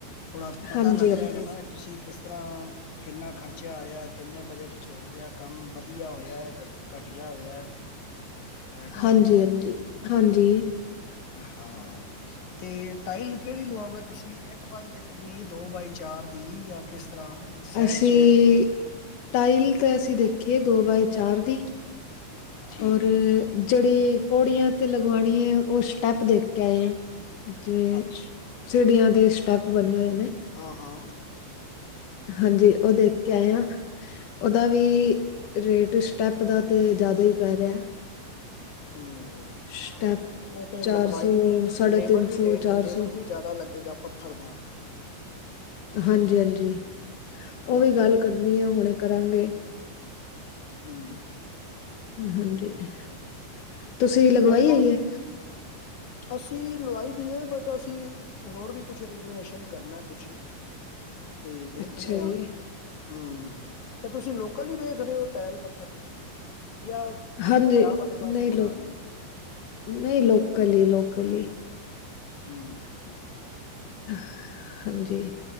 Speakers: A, on the left (about 50°); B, on the left (about 70°).
A: ਥੋੜਾ ਪਤਾ
B: ਹਾਂਜੀ
A: ਲੱਗ
B: ਹਾਂਜੀ
A: ਜਾਏਗਾ ਨਾ ਵੀ ਤੁਸੀਂ ਕਿਸ ਤਰ੍ਹਾਂ ਕਿੰਨਾ ਖਰਚਾ ਆਇਆ ਕਿੰਨੇ ਬਜਟ ਚ ਹੋ ਗਿਆ ਕੰਮ ਵਧੀਆ ਹੋਇਆ ਘਟੀਆ ਹੋਇਆ ਹੈਗੇ ਨਹੀਂ
B: ਹਾਂਜੀ ਹਾਂਜੀ ਹਾਂਜੀ
A: ਹਾਂ ਤੇ ਟਾਈਲ ਕਿਹੜੀ ਲਵਾਓਗੇ ਤੁਸੀਂ ਇੱਕ ਇੱਕ ਬਾਈ ਇੱਕ ਦੀ ਦੋ ਬਾਈ ਚਾਰ ਦੀ ਕਿਸ ਤਰ੍ਹਾਂ ਸਹਿਜ
B: ਅਸੀਂ
A: ਸੂਜ
B: ਟਾਈਲ ਤੇ ਅਸੀਂ ਦੇਖੀਏ ਦੋ ਬਾਏ ਚਾਰ ਦੀ
A: ਠੀਕ
B: ਔਰ
A: ਹੈ
B: ਜਿਹੜੀ ਪੌੜੀਆਂ ਤੇ ਲਗਵਾਣੀ ਹੈ ਉਹ ਸਟੈਪ ਦੇਖ ਕੇ ਆਏ ਆ ਜਿਵੇਂ
A: ਅੱਛਾ
B: ਸਿੜੀਆਂ ਦੇ ਸਟੈਪ ਬਣੇ ਹੋਏ ਨੇ
A: ਹਾਂ ਹਾਂ
B: ਹਾਂਜੀ ਉਹ ਦੇਖ ਕੇ ਆਏ ਹਾਂ ਉਹਦਾ ਵੀ ਰੇਟ ਸਟੈਪ ਦਾ ਤੇ ਜ਼ਿਆਦਾ ਹੀ ਪੈ ਰਿਹਾ
A: ਹਮ
B: ਸਟੈਪ
A: ਉਹ ਤੇ ਲਗਵਾਈ
B: ਚਾਰ ਸੌ
A: ਵੀ
B: ਸਾਢੇ
A: ਲੇਬਰ
B: ਤਿੰਨ
A: ਵੀ
B: ਸੌ
A: ਰ
B: ਚਾਰ
A: ਲੇਬਰ
B: ਸੌ
A: ਵੀ ਜ਼ਿਆਦਾ ਲੱਗੇਗਾ ਪੱਥਰ ਦਾ
B: ਹਾਂਜੀ-ਹਾਂਜੀ ਉਹ
A: ਹਨਾ
B: ਵੀ ਗੱਲ ਕਰਨੀ ਹੈ ਹੁਣੇ ਕਰਾਂਗੇ।
A: ਹੂੰ।
B: ਹਾਂਜੀ। ਤੁਸੀਂ ਲਗਵਾਈ
A: ਇੱਥੋਂ
B: ਹੋਈ ਆ?
A: ਅਸੀਂ ਲਵਾਈ ਦੀਏ, ਬਟ ਅਸੀਂ ਹੋਰ ਵੀ ਕੁਛ ਰੀਨੂਏਸ਼ਨ ਕਰਨਾ ਕੁਛ ਤੇ ਦੇਖਦੇ
B: ਅੱਛਾ
A: ਹਾਂ
B: ਜੀ
A: ਹੂੰ, ਤੇ ਤੁਸੀਂ ਲੋ ਕੱਲ ਹੀ ਵੇਖਦੇ ਰਹੇ ਹੋ ਟਾਇਲ ਪੱਥਰ ਜਾਂ
B: ਹਾਂਜੀ
A: ਪੰਜਾਬ ਵਾਲੇ ਪਾਸੋਂ
B: ਨਹੀਂ
A: ਮੰਗਵਾ
B: ਲੋ
A: ਰਹੇ ਹੋ
B: ਨਹੀਂ ਲੋਕਲ ਹੀ ਲੋਕ ਕਲੀ
A: ਹੂੰ।
B: ਹਾਂਜੀ।